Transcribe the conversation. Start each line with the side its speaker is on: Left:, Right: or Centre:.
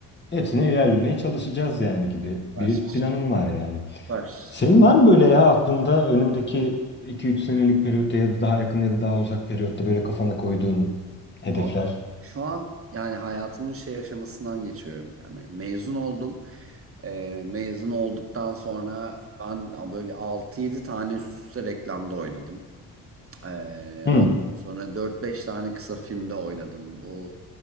Left: Hepsine ilerlemeye çalışacağız yani gibi
Right: Var.
Left: bir planım var yani.
Right: Var.
Left: Senin var mı böyle ya aklında önündeki 2-3 senelik periyotta ya da daha yakın ya da daha uzak periyotta böyle kafana koyduğun hedefler?
Right: Valla şu an yani hayatımın şey aşamasından geçiyorum. Yani mezun oldum. Ee, mezun olduktan sonra ben böyle altı yedi tane üst üste reklamda oynadım. Ee,
Left: Hı.
Right: ondan sonra dört beş tane kısa filmde oynadım. O